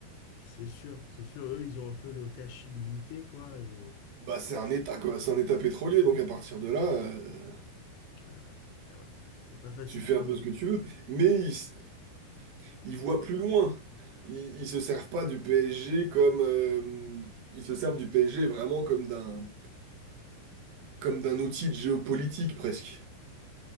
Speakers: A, on the left (about 80°); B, on the right (about 65°).
A: c'est sûr, c'est sûr, eux, ils ont un peu le cash illimité, quoi, et
B: Bah, c'est un État, quoi. C'est un État pétrolier, donc à partir de là, euh,
A: ah ouais, ah ouais. c'est pas facile
B: tu fais
A: de...
B: un peu
A: de-
B: ce que tu veux. Mais ils, s- ils voient plus loin. Ils, ils se servent pas du PSG comme... euh, ils se servent du PSG vraiment comme d'un comme d'un outil de géopolitique, presque.